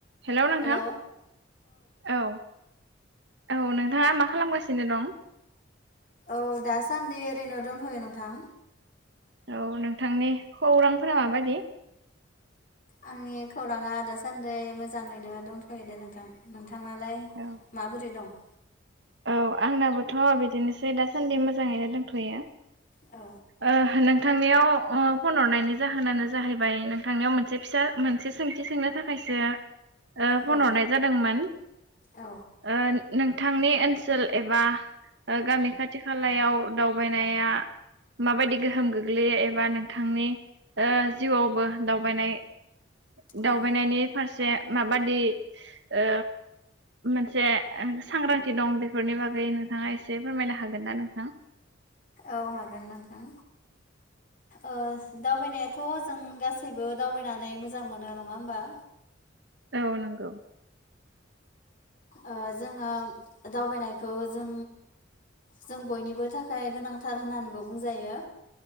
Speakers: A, on the right (about 60°); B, on the left (about 45°).
A: हेल' नोंथां
B: hello
A: औ औ नोंथाङा मा खालामगासिनो दं
B: औ दासान्दि ओरैनो दंथ'यो नोंथां
A: औ नोंथांनि खौरांफोरा माबायदि
B: आंनि खौराङा दासान्दि मोजाङैनो दंथ'यो दे नोंथां नोंथां थांनालाय
A: औ
B: माबोरै दं
A: औ आंनाबोथ' बिदिनोसै दासान्दि मोजाङैनो दोनथ'यो
B: औ
A: आ नों नोंथांनिाव फन हरनायनि जाहोनानो जाहैबाय नोंथांनियाव मोनसे फिसा मोनसे सोंथि सोंनो थाखायसो ओ फन
B: औ
A: हरनाय जादोंमोन
B: औ
A: ओ नोंथांनि ओनसोल एबा ओ गामि खाथि खालायाव दावबायनाया माबायदि गोहोम गोग्लैयो एबा नोंथांनि ओ जिउआवबो दावबायनाय दावबायनायनि
B: औ
A: फारसे माबादि ओ मोनसे सांग्रांथि दं बेफोरनि बागै नोंथाङा एसे फोरमायनो हागोन ना नोंथां
B: औ हागोन नोंथां ओ दावबायनायाथ' जों गासैबो दावबायनानै मोजां मोनो नङा होनबा
A: औ नंगौ
B: ओ जोङो दावबायनायखौ जों जों बयनिबो थाखाय गोनांथार होननानैबो बुंजायो